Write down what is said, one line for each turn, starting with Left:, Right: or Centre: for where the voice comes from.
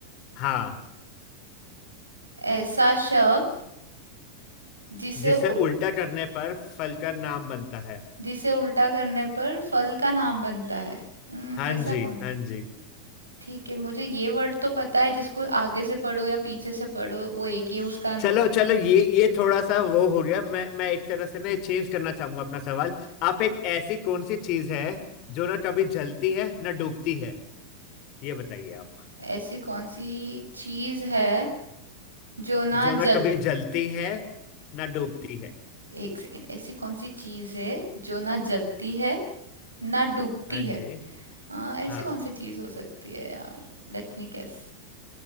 Left: हाँ
Right: ऐसा शब्द जिसे
Left: जिसे
Right: उ,
Left: उल्टा करने पर फल का नाम बनता है
Right: जिसे उल्टा करने पर फल का नाम बनता है हम्म,
Left: हाँ
Right: ऐसा
Left: जी
Right: कौन
Left: हाँ जी
Right: ठीक है मुझे ये वर्ड तो पता है जिसको आगे से पढ़ो या पीछे से पढ़ो वो एक ही है उसका न-
Left: चलो चलो ये ये थोड़ा सा वो हो गया मैं मैं एक तरह से ना चेंज करना चाहूंगा अपना सवाल आप एक ऐसी कौन सी चीज है जो ना कभी जलती है ना डूबती है ये बताइए आप
Right: ऐसी कौन सी चीज है जो ना
Left: जो ना
Right: जल
Left: कभी जलती है ना डूबती है
Right: एक सेकेंड ऐसी कौन सी चीज है जो ना जलती है ना डूबती
Left: हाँ
Right: है
Left: जी
Right: हाँ ऐसी
Left: हाँ
Right: कौन सी चीज हो सकती है यार लेट मी गेस